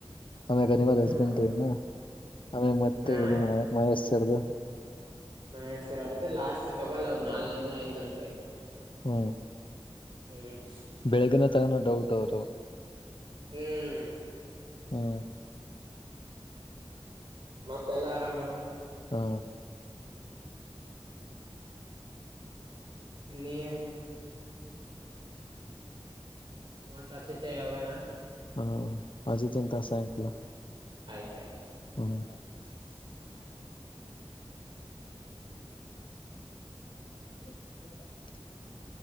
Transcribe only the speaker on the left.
ಆಮ್ಯಾಗ ಹನಿಮಲ್
ಹಸ್ಬೆಂಡ್ ನು ಆಮ್ಯಾಗ ಮತ್ತೆ
ಇದು ಮಹೇಶ್ರ್ದು
ಹ್ಮ
ಬೆಳಗಿನ ತಗನ ಡೌಟ್ ಅವರು
ಹ್ಮ
ಹಾ
ಹಾ ಅಚ್ಚು ತಿ ತ ಸಾಯಂಕಾಲ
ಹ್ಮ್.
<inaudible>